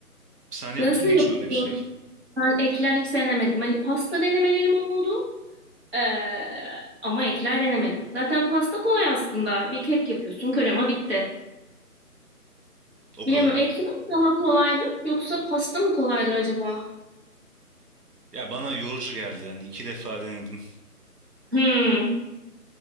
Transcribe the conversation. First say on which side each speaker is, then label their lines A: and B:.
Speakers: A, on the right; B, on the right.
A: Sen yaptın
B: Nasıl
A: mı hiç
B: yapılıyor?
A: öyle bir şey?
B: Ben ekler hiç denemedim. Hani pasta denemelerim oldu. Ee, ama ekler denemedim. Zaten pasta kolay aslında. Bir kek yapıyorsun, krema bitti.
A: O
B: Bilemiyorum.
A: kadar.
B: Ekler daha kolaydır yoksa pasta mı kolaydır acaba?
A: Ya bana yorucu geldi yani iki defa denedim.
B: Hmm.